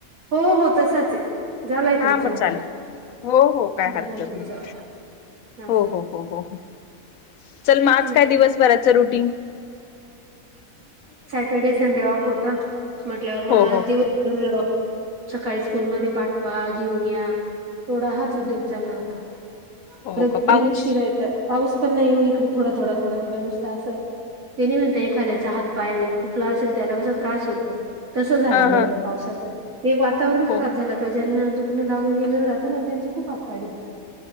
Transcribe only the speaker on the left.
हा
मग
चाले हो हो काय
हरकत
नाही
हो हो हो हो हो चल
मग आज
काय दिवसभराचं रुटीन
हो हो
हो
का पाऊस
हा हा
हो